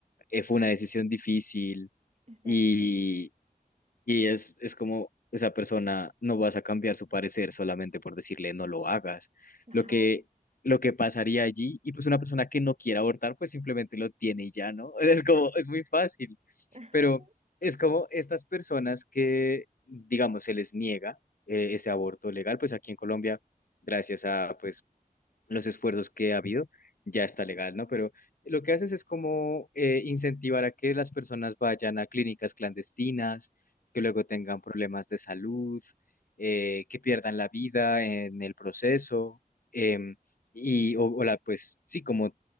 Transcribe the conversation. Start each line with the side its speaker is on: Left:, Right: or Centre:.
Left: eh, fue una decisión difícil.
Right: Exacto.
Left: Y, Y es, es como esa persona no vas a cambiar su parecer solamente por decirle no lo hagas.
Right: Ajá.
Left: Lo que, lo que pasaría allí, y pues una persona que no quiera abortar, pues simplemente lo tiene y ya, ¿no? <laughs> Es como, es muy fácil.
Right: Ajá.
Left: Pero es como estas personas que, digamos, se les niega eh, ese aborto legal, pues aquí en Colombia, gracias a pues los esfuerzos que ha habido, ya está legal, ¿no? Pero lo que haces es como eh, incentivar a que las personas vayan a clínicas clandestinas, que luego tengan problemas de salud, eh, que pierdan la vida en el proceso, em, y, o, o la, pues sí, como